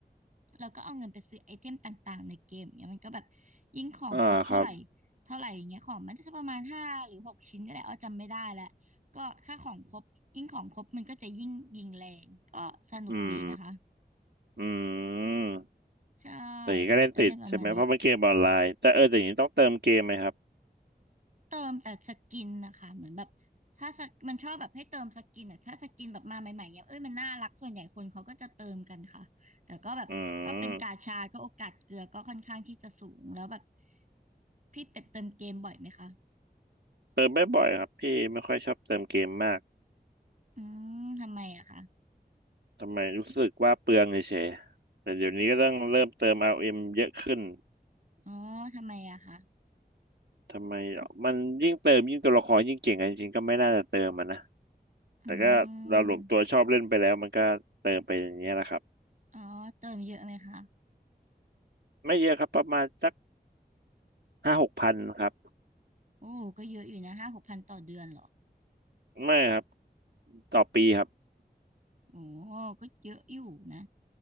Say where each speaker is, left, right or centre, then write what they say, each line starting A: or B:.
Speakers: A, on the right; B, on the right.
A: เราก็เอาเงินไปซื้อไอเทมต่างๆในเกมเงี้ยมันก็แบบยิ่งของครบเท่าไหร่
B: อ่าครับ
A: เท่าไหร่อย่างเงี้ยของมันก็จะประมาณห้าหรือหกชิ้นนี่แหละอ้อจำไม่ได้แล้วก็ค่าของครบยิ่งของครบมันก็จะยิ่งยิงแรงก็สนุกดีนะคะ
B: อืมอืม
A: ใช่
B: แต่อย่างนี้ก็เล่นติดใช่ไหมเพราะมันเกมออนไลน์แต่เออแต่อย่างนี้ต้องเติมเกมไหมครับ
A: เขาก็จะเล่นประมาณนี้ เติมแต่สกินนะคะเหมือนแบบถ้าสกมันชอบแบบให้เติมสกินอ่ะถ้าสกินแบบมาใหม่ๆเนี่ยเอ้ยมันน่ารักส่วนใหญ่คนเขาก็จะเติมกันค่ะแต่ก็แบบก็เป็นกาชาก็โอกาสเกลือก็ค่อนข้างที่จะสูงแล้วแบบ
B: อืม
A: พี่เป็ดเติมเกมบ่อยไหมคะ
B: เติมไม่บ่อยครับพี่ไม่ค่อยชอบเติมเกมมาก
A: อืมทำไมอะคะ
B: ทำไมรู้สึกว่าเปลืองเฉยๆแต่เดี๋ยวนี้ก็ต้องเริ่มเติม RM เอ็มเยอะขึ้น
A: อ๋อทำไมอะคะ
B: ทำไมอ่ะมันยิ่งเติมยิ่งตัวละครยิ่งเก่งกันจริงๆก็ไม่น่าจะเติมมันนะ
A: อืม
B: แต่ก็เราหลวมตัวชอบเล่นไปแล้วมันก็เติมไปอย่างเงี้ยแหละครับ
A: อ๋อเติมเยอะไหมคะ
B: ไม่เยอะครับประมาณสักห้าหกพันครับ
A: โอ้ก็เยอะอยู่นะห้าหกพันต่อเดือนเหรอ
B: ไม่ครับต่อปีครับ
A: โอ้ก็เยอะอยู่นะ